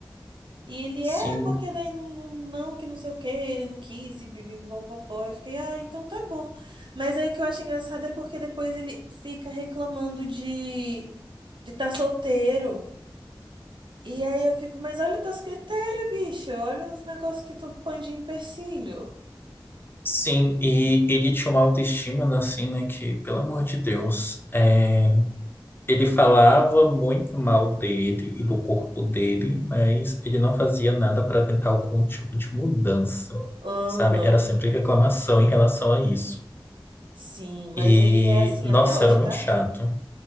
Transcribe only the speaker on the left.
Sim,
sim. E ele tinha uma autoestima, né, assim, né? Que, pelo amor de Deus. é Ele falava muito mal dele e do corpo dele, mas ele não fazia nada para tentar algum tipo de mudança,
sabe? Era sempre reclamação em relação a isso.
E,
nossa,
era muito
chato.